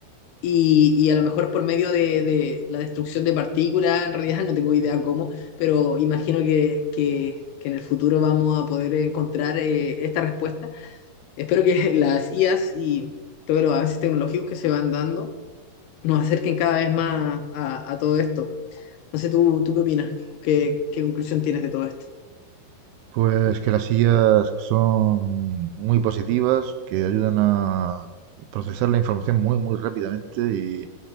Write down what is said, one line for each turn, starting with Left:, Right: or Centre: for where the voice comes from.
Left: Y, y a lo mejor por medio de, de la destrucción de partículas, en realidad <laughs> no tengo idea cómo, pero imagino que, que, que en el futuro vamos a poder encontrar eh, esta respuesta. Espero que <laughs> las IAs y todos los avances tecnológicos que se van dando nos acerquen cada vez más a, a todo esto. No sé, ¿tú, tú qué opinas? ¿Qué, qué conclusión tienes de todo esto?
Right: Pues que las sillas son muy positivas, que ayudan a procesar la información muy, muy rápidamente y,